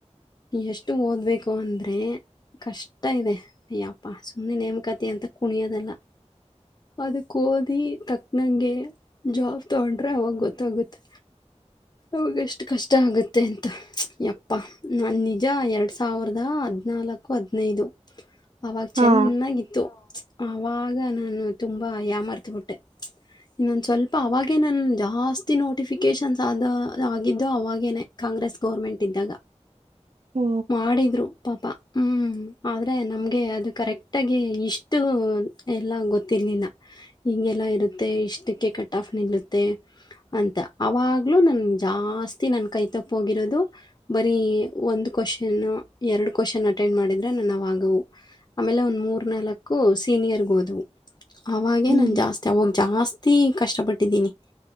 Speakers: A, on the left; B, on the right.
A: ಎಷ್ಟು ಓದಬೇಕು ಅಂದ್ರೆ ಕಷ್ಟ ಇದೆ ಯಪ್ಪಾ ಸುಮ್ಮನೆ ನೇಮಕಾತಿ ಅಂತ ಕುಣಿಯೋದಲ್ಲ ಅದಕ್ಕೆ ಓದಿ ತಕ್ಕ ನಂಗೆ ಜಾಬ್ ತಗೊಂಡ್ರೆ ಅವಾಗ ಗೊತ್ತಾಗುತ್ತೆ ಅವಾಗಷ್ಟು ಕಷ್ಟ ಆಗುತ್ತೆ ಅಂತ ಯಪ್ಪ ನಾನು ನಿಜ ಎರಡು ಸಾವಿರದ ಹದ್ಿನಾಲ್ಕು ಹದಿನೈದು ಅವಾಗ
B: ಹಾ
A: ಚೆನ್ನಾಗಿತ್ತು ಆವಾಗ ನಾನು ತುಂಬ ಯ ಮರ್ತಬಿಟ್ಟೆ ಇನ್ನೊಂದು ಸ್ವಲ್ಪ ಅವಾಗೇ ನನ್ ಜಾಸ್ತಿ ನೋಟಿಫಿಕೇಶನ್ಸ್ ಆದ ಆಗಿದ್ದೋ ಅವಾಗೇನೆ ಕಾಂಗ್ರೆಸ್ ಗೌರ್ಮೆಂಟ್ ಇದ್ದಾಗ
B: ಓ
A: ಮಾಡಿದ್ರು ಪಾಪ ಹ್ಮ್ ಆದ್ರೆ ನಮ್ಗೆ ಅದು ಕರೆಕ್ಟ್ ಆಗಿ ಇಷ್ಟು ಎಲ್ಲ ಗೊತ್ತಿರ್ಲಿಲ್ಲ ಹಿಗೆಲ್ಲ ಇಷ್ಟಕ್ಕೆ ಕಟ್ ಆಫ್ ನಿಲ್ಲುತ್ತೆ ಅಂತ ಅವಾಗ್ಲೂ ನ ಜಾಸ್ತಿ ನನ್ ಕೈ ತಪ್ಪ ಹೋಗಿರೋದು ಬರೀ ಒಂದ ಕ್ವಶನ್ ಎರಡು ಕ್ವಶನ್ ಅಟೆಂಡ್ ಮಾಡಿದ್ರೆ ನನ್ ಅವಾಗ ಆಮೇಲೆ ಒಂದ್ ಮೂರ್ ನಲ್ಕು ಸೀನಿಯರ್ಗೆ ಹೋದವು ಅವಾಗೆ
B: ಹ್ಮ್
A: ನನ್ ಜಾಸ್ತಿ ಹೋಗಿ ಜಾಸ್ತಿ ಕಷ್ಟಪಟ್ಟಿದ್ದೀನಿ